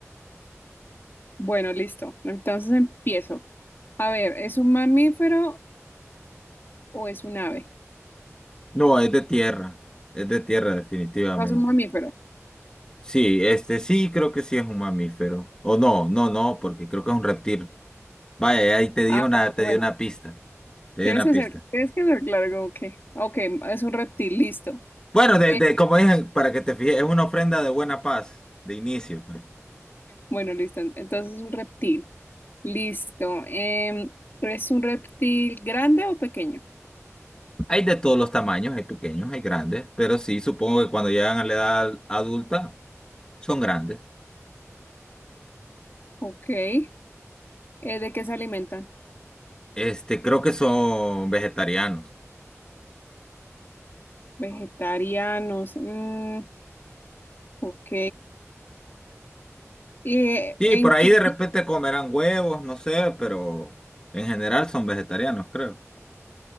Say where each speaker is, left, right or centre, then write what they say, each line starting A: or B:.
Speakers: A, on the left; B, on the left.
A: Bueno, listo. Entonces empiezo. A ver, ¿es un mamífero o es un ave?
B: No, es de tierra, es de tierra definitivamente.
A: Es un mamífero.
B: Sí, este sí, creo que sí es un mamífero. O no, no, no, porque creo que es un reptil. Vaya, ahí te di
A: Ah,
B: una,
A: ok,
B: te
A: bueno,
B: di una pista, te
A: tienes
B: di una
A: que
B: pista.
A: ser, tienes que ser claro como que, ah, ok, es un reptil, listo.
B: Bueno, de,
A: Eh,
B: de, como dije, para que te fijes, es una ofrenda de buena paz, de inicio. pues.
A: bueno, listo, entonces es un reptil, listo. Em, ¿es un reptil grande o pequeño?
B: Hay de todos los tamaños, hay pequeños, hay grandes, pero sí, supongo que cuando llegan a la edad adulta son grandes.
A: Ok, eh, ¿de qué se alimentan?
B: Este, creo que son vegetarianos.
A: Vegetarianos, mm, ok. ¿Y eh,
B: Sí,
A: en
B: por ahí
A: qué,
B: de repente comerán huevos, no sé, pero en general son vegetarianos, creo.